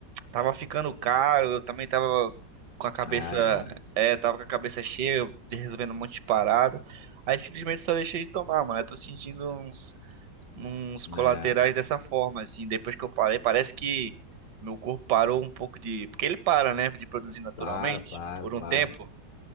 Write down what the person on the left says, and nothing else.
Ah, é.
É,
Para, para,
para.